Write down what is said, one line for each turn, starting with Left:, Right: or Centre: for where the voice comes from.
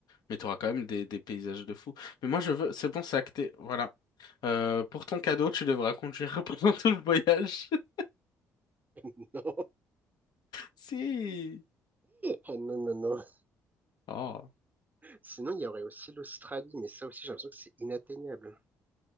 Left: Mais tu auras quand même des, des paysages de fou. Mais moi, je veux. C'est bon, c'est acté. Voilà. Euh, pour ton cadeau, tu devras conduire <laughs> pendant tout le voyage. <laughs>
Right: Non.
Left: Si.
Right: Ah non, non, non.
Left: Oh.
Right: Sinon, il y aurait aussi l'Australie, mais ça aussi, j'ai l'impression que c'est inatteignable.